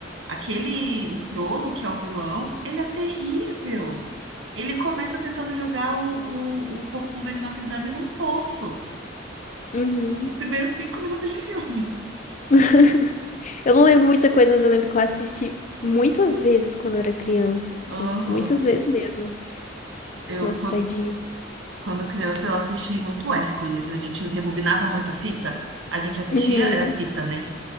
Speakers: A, on the right; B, on the left.
A: Aquele, o Frollo, que é o vilão, ele é terrível. Ele começa tentando jogar o, o, o corcunda de Notre Dame num poço.
B: uhum.
A: Os primeiros cinco minutos de filme.
B: <laughs> Eu não lembro muita coisa, mas eu lembro que eu assisti muitas vezes quando eu era criança.
A: <laughs> Aham.
B: Muitas vezes mesmo.
A: Eu,
B: Nossa, tadinho.
A: Quando criança, eu assisti muito Hércules. A gente rebobinava muito a fita. A gente assistia,
B: Uhum,
A: era fita, né?